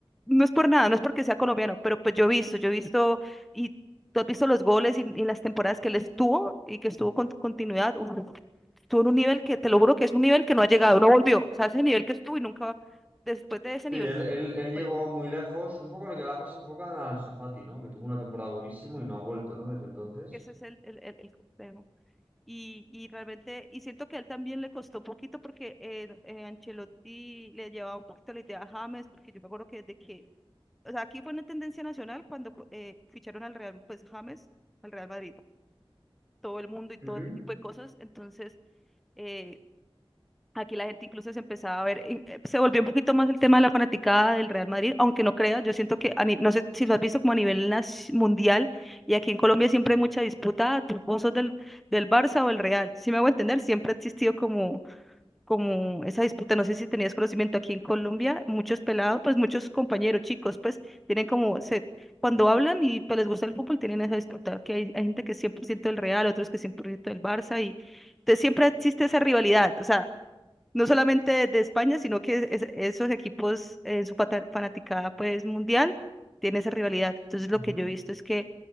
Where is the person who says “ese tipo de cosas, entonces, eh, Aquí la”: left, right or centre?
Centre